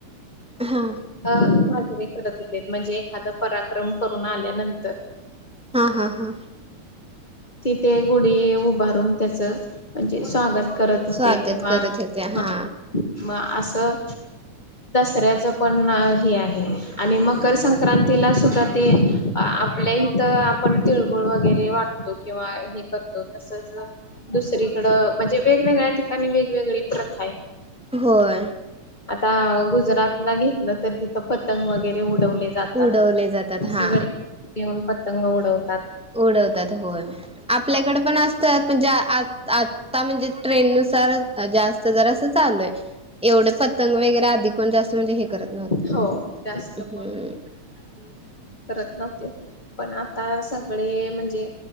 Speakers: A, in the centre; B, on the left.
A: हा
B: साजरे करत होते म्हणजे एखाद पराक्रम करून आल्यानंतर
A: हा हा हा
B: तिथे गुढी उभारून त्याच म्हणजे स्वागत करत होते
A: स्वागत
B: किंवा
A: करत होत्या हा
B: हं म् असं कऱ्याच पण हे आहे, आणि मकरसंक्रांतीला सुद्धा ते आपल्या इथं आ्- पण तिळगूळ वगैरे वाटतो किंवा हे करतो, तसच दुसरीकडं म्हणजे वेगवेगळ्या ठिकाणी वेगवेगळी प्रथा आहे.
A: होय.
B: आता गुजरात ला घेतलं तर तिथं पतंग वगैरे उडवले जात
A: उडवले जातात हा
B: सगळे येऊन पतंग उडवतात
A: उडवतात होय आपल्याकडे पण असतात म्हणजे आ आता म्हणजे ट्रेन नुसार जास्त जरा असं चालय एवढे पतंग वगैरे आधिक पण जास्त म्हणजे हे करत नव्हतं
B: हो जास्त
A: हम्
B: कोणी आधी करत नव्हते पण आता सगळे म्हणजे